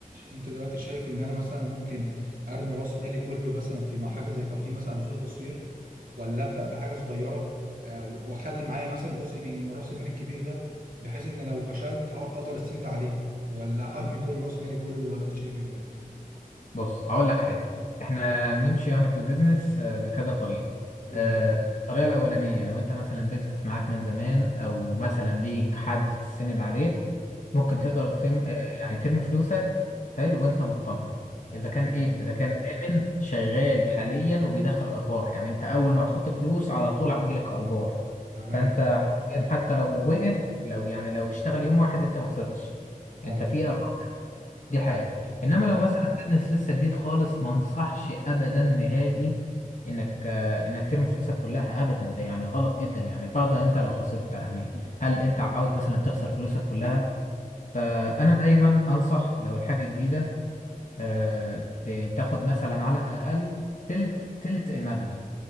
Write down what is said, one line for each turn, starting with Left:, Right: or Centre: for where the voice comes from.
Right: انت دلوقتي شايف ان انا مثلا ممكن ارمي راس مالي كله مثلا في مع حاجه زي كافيه مثلا او استوديو تصوير ولا ابدا بحاجه صغيره آه، و- واخلي معايا مثلا جزء من من راس المال الكبير ده بحيث ان لو فشلت أ- اقدر استند عليه ولا ارمي كل راس مالي كله ولا انت شايف ايه طيب؟
Left: بص هقول لك حاجة احنا بنمشي يعني في البيزنس آه، بكذا طريقة مم.
Right: مم.
Left: آه، الطريقة الأولانية لو انت مثلا بيزنس معاك من زمان او مثلا ليك حد تستند عليه ممكن
Right: مم.
Left: تقدر تم آه، يعني ترمي فلوسك حلو وانت مطمن اذا كان
Right: تمام
Left: ايه اذا كان آمن شغال حاليا وبيدخل ارباح يعني انت اول ما هتحط فلوس على طول هتجيلك ارباح
Right: تمام
Left: فانت حرفياً حتى لو وقف لو يعني لو اشتغل يوم واحد انت ما خسرتش
Right: ايوه
Left: انت في دي حاجة
Right: تمام
Left: انما لو مثلا بيزنس لسه جديد خالص ما انصحش ابدا نهائي انك آه، انك ترمي فلوسك كلها ابدا ده يعني غلط جدا يعني فرضا انت لو خسرت يعني هل انت عاوز مثلا تخسر فلوسك كلها فانا دايما انصح لو الحاجة جديدة آه، ت- تاخد مثلا على الاقل تلت تلت المبلغ